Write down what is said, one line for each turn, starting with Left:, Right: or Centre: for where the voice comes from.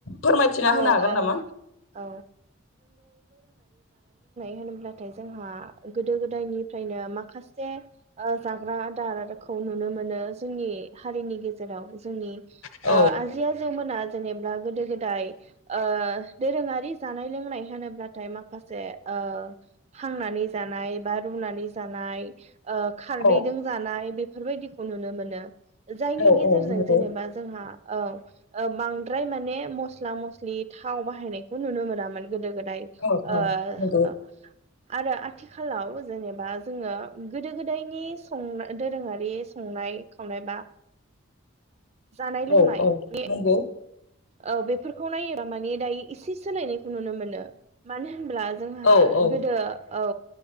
Left: फोरमायथिना
Right: औ
Left: होनो हागोन
Right: औ
Left: नामा?
Right: औ होनब्लाथाय जोंहा गोदो गोदायनिफ्रायनो माखासे ओ जाग्रा आदार खौ नुनो मोनो जोंनि हारिनि गेजेराव जोंनि
Left: औ
Right: ओ आजै आजौमोना जेनेबा गोदो गोदाय ओ दोरोङारि जानाय लोंनाय होनोब्लाथाय माखासे ओ हांनानै जानाय बा रुनानै जानाय ओ खारदैजों
Left: औ
Right: जानाय बे फोरबायदिखौ नुनो मोनो। जायनि
Left: औ
Right: गेजेरजों
Left: औ नंगौ
Right: जेनेबा जोंहा औ बांद्राय माने मस्ला मस्लि थाव बाहायनायखौ नुनो मोनामोन गोदो गो दाय
Left: औ औ
Right: ओ
Left: नंगौ
Right: आरो आथिखालाव जेनेबा जोङो गोदो गोदायनि सं दोरोङारि बे संनाय खावनाय बा जानाय लोंनाय
Left: औ औ
Right: नि
Left: नंगौ
Right: औ बेफोरखौ नायोबा माने दायो इसे सोलायनायखौ नुनो मोनो मानो होनब्ला जोंहा
Left: औ औ
Right: गोदो औ